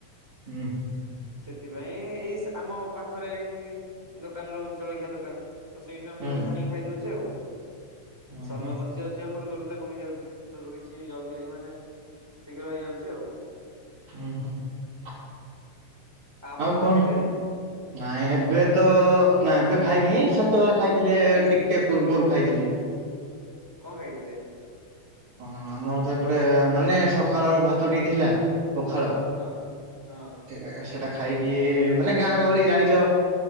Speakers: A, on the right; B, in the centre.
A: ହୁଁ - ହୁଁ।
B: ସେଥିପାଇଁ ଏଇ ଆମ ପାଖରେ ଏଇ ଦୋକାନ ରହୁଛି ଜଳଖିଆ ଦୋକାନ। ତ ସେଇଠୁ ଆମେ
A: ହୁଁ।
B: ଜଳଖି ଆ ଖାଇଦଉଚୁ ଆଉ,
A: ହୁଁ
B: ସମୟ
A: ହୁଁ
B: ବଞ୍ଚି ଯାଉଛି ଆମର ଦୂର ତା କମି ଯାଉଛି ସବୁ କିଛି ଜଲଦି ମାନେ ଶୀଘ୍ର ହେଇଯାଉଛି ଆଉ।
A: ହୁଁ - ହୁଁ।
B: ଆପଣ
A: ଆଉ କଣ?
B: ଖାଇଲେଣି
A: ନାଇଁ ଏବେ ତ ନା ଏବେ ଖାଇନି ସେତେବେଳେ ଖାଇଥିଲି ଟିକେ ପୂର୍ବରୁ ଖାଇଥିଲି।
B: କଣ ଖାଇଥିଲେ?
A: କଣ ଆମର ତ ଏପଟେ ମାନେ ସକାଳର ଭାତ ଟିକେ ଥିଲା। ପଖାଳ
B: ହଁ ହଁ
A: ସେଟା ଏକା ସେଟା ଖାଇକି ମାନେ ଗାଁ ଗହଳି ଜାଣିଛ।